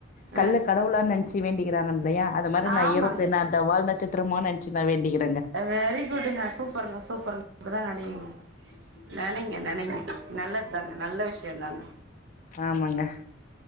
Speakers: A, on the left; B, on the right.
A: கல்லு
B: ஆ
A: கடவுளா நினச்சு <unintelligible> வேண்டிக்கிறாங்க இல்லையா அது மாரி
B: ஆமாங்க
A: நா ஏரோப்ளேன அந்த வால் நட்சத்திரமா நெனச்சு நா வேண்டிக்கிறேங்க
B: வெரி குட்டுங்க சூப்பருங்க சூப்பருங்க அப்படிதான் <unintelligible> நெனைங்க நெனைங்க நல்லது தாங்க நல்ல விஷயம் தாங்க
A: ஆமாங்க